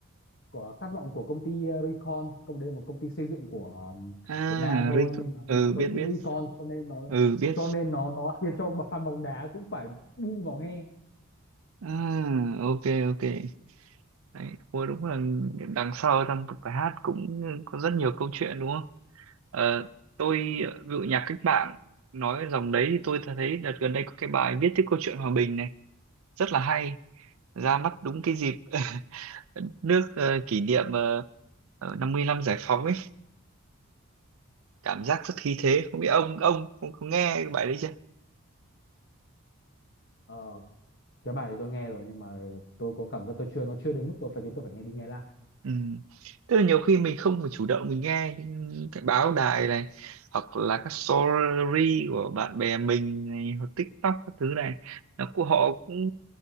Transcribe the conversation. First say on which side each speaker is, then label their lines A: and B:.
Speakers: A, on the left; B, on the right.
A: của khát vọng của công ty à, Recon công đây là một công ty xây dựng của um,
B: à
A: Việt Nam thôi
B: Rico
A: nhưng mà
B: ừ
A: vì nó
B: biết
A: có chữ
B: biết
A: Recon cho nên nó
B: ừ biết
A: cho nên nó nó khiến cho fan bóng đá cũng phải bu vào nghe
B: À, ok ok đấy ôi đúng là đằng sau trong một bài hát cũng có rất nhiều câu chuyện đúng không Ờ, tôi ví dụ nhạc cách mạng nói dòng đấy thì tôi thấy đợt gần đây có cái bài viết tiếp câu chuyện hòa bình này rất là hay ra mắt đúng cái dịp <laughs> nước ờ, kỷ niệm uh, 50 năm giải phóng ấy cảm giác rất khí thế không biết ông ông ông có nghe cái bài đấy
A: Ờ, cái bài thì tôi nghe rồi nhưng mà tôi có cảm giác tôi chưa nó chưa đến mức tôi phải khiến tôi phải nghe đi nghe lại.
B: Ừ. Tức là nhiều khi mình không phải chủ động mình nghe những cái báo đài này hoặc là các story của bạn bè mình này, hoặc TikTok các thứ này nó của họ cũng